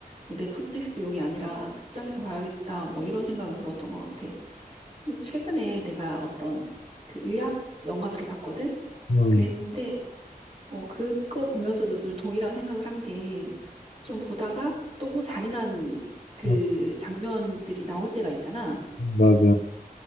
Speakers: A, on the right; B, on the left.
A: 넷플릭스용이 아니라 극장에서 봐야겠다 뭐 이런 생각은 들었던 것 같아. 근데 최근에 내가 어떤 그 의학 영화를 봤거든.
B: 음,
A: 그랬는데 어, 그거 보면서도 좀 동일한 생각을 한 게, 좀 보다가 또 잔인한 그
B: 어,
A: 장면들이 나올 때가 있잖아.
B: 맞아.